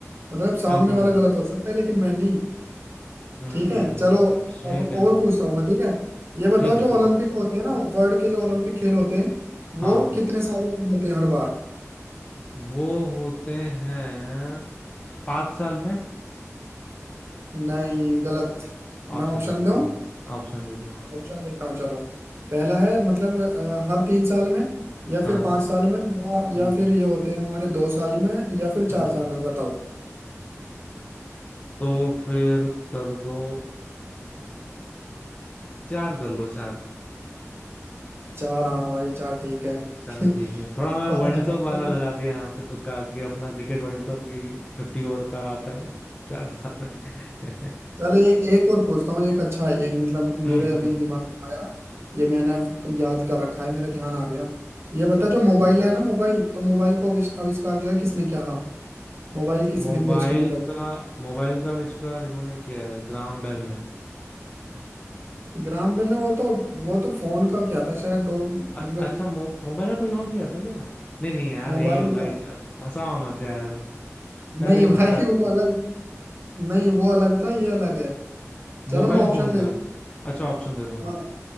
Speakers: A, on the right; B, on the left.
A: मतलब सामने
B: बिल्कुल
A: वाला गलत हो सकता है लेकिन मैं नहीं
B: हम्म
A: ठीक है चलो
B: ठीक
A: अब और
B: है
A: पूछता हूँ मैं ठीक है ये बताओ
B: ठीक है
A: जो
B: ठीक
A: ओलंपिक
B: है
A: होते हैं ना वर्ल्ड के जो ओलंपिक खेल होते हैं
B: हाँ
A: वो कितने सालों में होते हैं हर बार
B: वो होते हैं पाँच साल में
A: नहीं गलत
B: ऑप्शन
A: मैं ऑप्शन
B: दे दो
A: दूं
B: ऑप्शन दे दो हाँ
A: ऑप्शन देता हूँ चलो पहला है मतलब अ, हर तीन साल में या
B: हाँ
A: फिर पांच साल में या
B: हम्म
A: या फिर ये होते हैं हमारे दो साल में या फिर
B: हम्म
A: चार साल में बताओ
B: तो फिर कर दो चार कर लो चार
A: चार हाँ भाई चार ठीक है
B: चार
A: <laughs>
B: ठीक है थोड़ा
A: इस
B: मैं
A: बार
B: वर्ल्ड
A: बताओ
B: कप वाला
A: तुम।
B: लगा दिया यहाँ पे तुक्का कि अपना क्रिकेट वर्ल्ड कप भी फिफ्टी ओवर का आता है चार साल में <laughs>
A: चलो एक एक और पूछता हूँ एक अच्छा है ये मतलब
B: हम्म
A: मेरे अभी
B: हम्म
A: दिमाग में आया ये मैंने याद कर रखा है मेरे ध्यान आ गया ये बता जो मोबाइल
B: हम्म।
A: है ना मोबाइल तो मोबाइल का आविष- आविष्कार जो है किसने किया हाँ मोबाइल किसने
B: मोबाइल
A: खोज की मोबाइल
B: का मोबाइल का आविष्कार इन्होंने किया है ग्राहम बेल ने
A: ग्राम बेल ने वो तो वो तो फोन का क्या था शायद डोर
B: अ-
A: मतलब
B: अच्छा मो, मोबाइल का कोई और किया था क्या नहीं नहीं यार
A: मोबाइल
B: यही होगा
A: का
B: अब फंसाओ मत यार पहले
A: नहीं
B: ही
A: भाई
B: फंसा चुके
A: वो अलग नहीं वो अलग था ये अलग है चलो
B: मोबाइल
A: मैं ऑप्शन
B: फोन
A: दे
B: का अच्छा ऑप्शन दे दो
A: हाँ